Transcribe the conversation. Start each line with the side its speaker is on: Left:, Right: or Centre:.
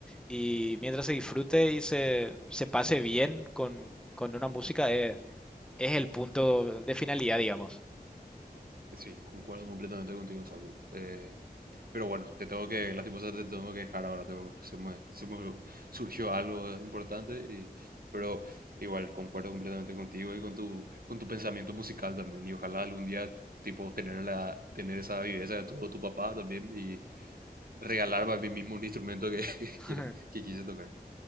Centre: Y mientras se disfrute y se, se pase bien con, con una música, eh, es el punto de finalidad, digamos.
Right: Sí, concuerdo completamente contigo, Facu. Eh, pero bueno, te tengo que, lastimosamente te tengo que dejar ahora. tengo- se me, se me surgió algo importante, y, pero igual concuerdo completamente contigo y con tu, con tu pensamiento musical también. Y ojalá algún día, tipo, tener la, tener esa viveza de tu, tu papá también y regalarme a mí mismo un instrumento que, <laughs> que,
Centre: <laughs>
Right: quiere, que quise tocar.